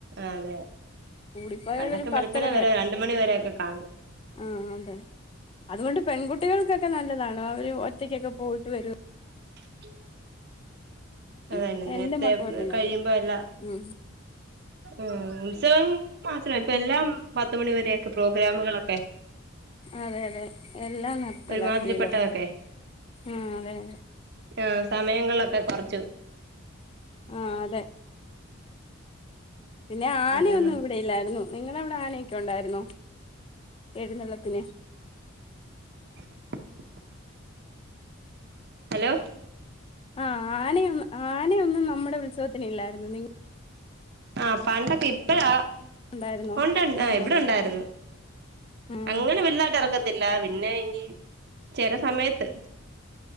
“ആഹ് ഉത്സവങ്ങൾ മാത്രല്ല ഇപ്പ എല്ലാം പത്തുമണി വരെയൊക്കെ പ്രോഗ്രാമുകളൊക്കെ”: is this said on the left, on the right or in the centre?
Right